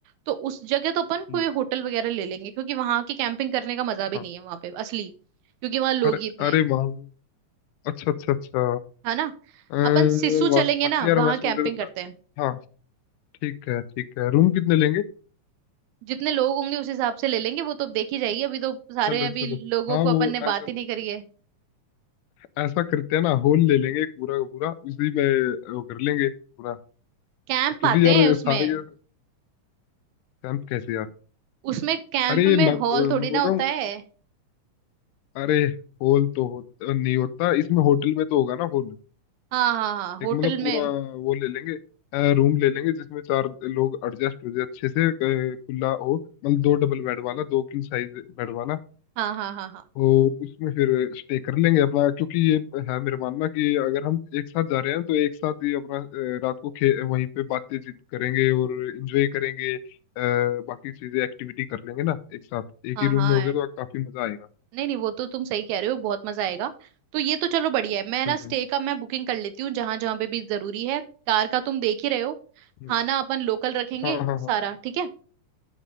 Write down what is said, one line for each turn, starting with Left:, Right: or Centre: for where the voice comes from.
Right: तो उस जगह तो अपन
Left: हम्म,
Right: कोई होटल वगैरह ले लेंगे क्योंकि वहां की कैंपिंग करने का मजा भी
Left: हाँ
Right: नहीं है वहां पे असली क्योंकि वहां लोग
Left: अरे
Right: ही इतने
Left: अरे
Right: हैं
Left: वहाँ अच्छा अच्छा अच्छा
Right: है ना
Left: अ,
Right: अपन सिसु
Left: बा,
Right: चलेंगे
Left: बाकी
Right: ना वहां
Left: यार मैं सोच
Right: कैंपिंग
Left: रहा
Right: करते
Left: था
Right: हैं
Left: हाँ ठीक है ठीक है रूम कितने लेंगे
Right: जितने लोग होंगे उस हिसाब से ले लेंगे वो तो देखी जाएगी अभी तो सारे
Left: चलो
Right: अभी
Left: चलो
Right: लोगों
Left: हाँ
Right: को अपन
Left: वो
Right: ने
Left: ऐसा
Right: बात ही नहीं करी है
Left: ऐसा करते हैं ना हॉल ले लेंगे पूरा का पूरा उसी में वो कर लेंगे पूरा
Right: कैंप
Left: क्योंकि
Right: आते
Left: यार
Right: हैं उसमें
Left: सारे के कैंप कैसे यार
Right: उसमें कैंप
Left: अरे
Right: में
Left: ये मैं
Right: हॉल थोड़ी
Left: मैं बोल
Right: ना होता
Left: रहा हूँ
Right: है
Left: अरे होल तो हो, नहीं होता इसमें होटल में तो होगा ना होल
Right: हाँ हाँ हाँ होटल
Left: एक मतलब पूरा
Right: में
Left: वो ले लेंगे रूम ले लेंगे जिसमें चार लोग एडजस्ट हो जाए अच्छे से अ, खुला हो मतलब दो डबल बेड वाला दो किंग साइज बेड वाला
Right: हाँ हाँ हाँ हाँ
Left: और उसमें फिर स्टे कर लेंगे अपना क्योंकि ये है मेरा मानना कि अगर हम एक साथ जा रहे हैं तो एक साथ ही अपना अ, रात को खे वहीं पे बातचीत करेंगे और एंजॉय करेंगे अ, बाकी चीजें एक्टिविटी कर लेंगे ना एक साथ एक
Right: हाँ
Left: ही रूम
Right: हाँ
Left: में होगे तो काफी मजा आएगा
Right: नहीं नहीं वो तो तुम सही कह रहे हो बहुत मजा आएगा तो ये तो चलो बढ़िया है मैं ना
Left: हम्म
Right: स्टे का मैं बुकिंग कर लेती हूँ जहां जहां पे भी जरूरी है कार का तुम देख ही रहे हो
Left: हम्म,
Right: खाना अपन लोकल रखेंगे
Left: हाँ हाँ
Right: सारा
Left: हाँ
Right: ठीक है